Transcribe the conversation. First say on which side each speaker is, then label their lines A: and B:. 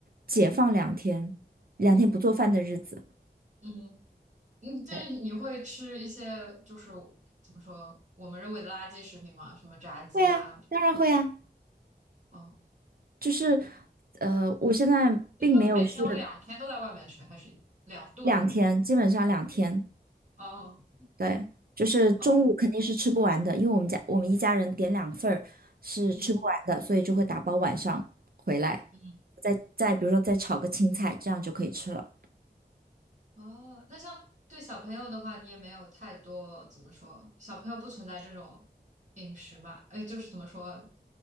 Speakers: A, on the right (about 60°); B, on the right (about 45°).
A: 解放两天，两天不做饭的日子。
B: 嗯，嗯，但是你会吃一些就是
A: 对。
B: 怎么说我们认为的垃圾食品吗？什么炸鸡啊？
A: 会啊，当然会啊，
B: 哦，
A: 就是，呃，我现在并没有是
B: 你说你每天有两天都在外面吃，还是两顿？
A: 两天，基本上两天，
B: 哦
A: 对，就是中午肯定是吃不完的，
B: 哦，
A: 因为我们家我们一家人点两份儿是吃不完的，
B: 嗯
A: 所以就会打包晚上回来，
B: 嗯。
A: 再再比如说再炒个青菜，这样就可以吃了。
B: 哦，那像对小朋友的话，你也没有太多怎么说，小朋友不存在这种饮食吧？哎，就是怎么说，